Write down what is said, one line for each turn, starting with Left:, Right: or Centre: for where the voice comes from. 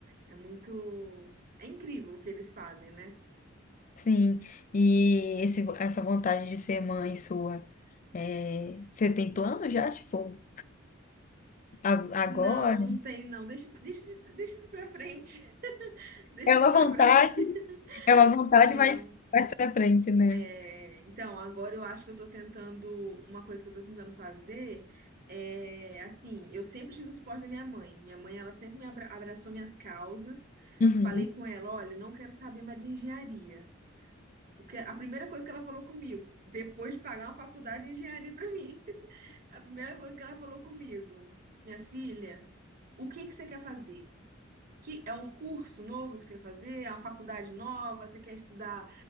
Right: É muito. É incrível o que eles fazem, né?
Left: Sim. E esse, essa vontade de ser mãe sua, é, você tem plano já? Tipo, a-
Right: Não,
Left: agora?
Right: não tem, não. Deixa, deixa, isso- deixa isso pra frente. Deixa
Left: É
Right: isso
Left: uma
Right: pra
Left: vontade,
Right: frente. <laughs>
Left: é uma vontade,
Right: Não.
Left: mas mais pra frente, né?
Right: É, então, agora eu acho que eu tô tentando. Uma coisa que eu tô tentando fazer é assim, eu sempre tive o suporte da minha mãe. Minha mãe, ela sempre me abra- abraçou minhas causas.
Left: Uhum,
Right: Falei com ela, olha, não quero saber mais de engenharia. O que, a primeira coisa que ela falou comigo, depois de pagar uma faculdade de engenharia pra mim, <laughs> a primeira coisa que ela falou comigo, minha filha, o que que você quer fazer? que é um curso novo que você quer fazer, é uma faculdade nova, você quer estudar